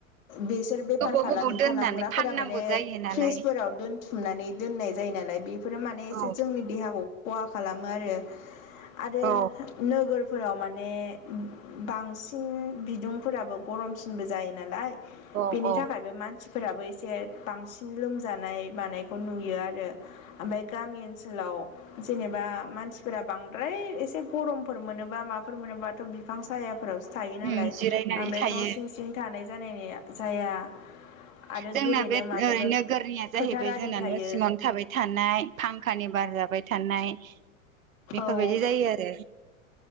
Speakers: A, on the left; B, on the right.
A: बेसोर बेफार
B: गोबाव
A: फालांगि
B: गोबाव दोननानै
A: खालामग्राफोरा
B: फाननांगौ
A: माने
B: जायो नालाय
A: फ्रिसफोराव दोनथुमनानै दोननाय जायो नालाय बेफोर माने एसे
B: औ
A: जोंनि देहाखौ खहा खालामो आरो आरो
B: औ
A: नोगोर फोराव माने बांसिन बिदुंफोराबो गरमसिनबो जायो नालाय
B: औ
A: बेनि
B: औ
A: थाखायबो मानसिफोराबो एसे बांसिन लोमजानाय मानायखौ नुयो आरो ओमफ्राय गामिनि ओनसोलाव जेनेबा मानसिफोरा बांद्राय एसे गरमफोर मोनोबा माफोर मोनोबाथ' बिफां सायाफोरावसो थायो नालाय
B: उम जिरायनानै
A: बांद्राय
B: थायो
A: न' सिं सिं थानाय जानाय जाया आरो
B: जोंना
A: गेलेनो
B: बे
A: मानोबो
B: ओरै नोगोरनिया
A: फोथार
B: जाहैबाय
A: आरि
B: जोंना
A: थायो
B: न' सिङावनो थाबाय थानाय फांखानि बार जाबाय थानाय चनाय बेफोरबायदि
A: औ
B: जायो आरो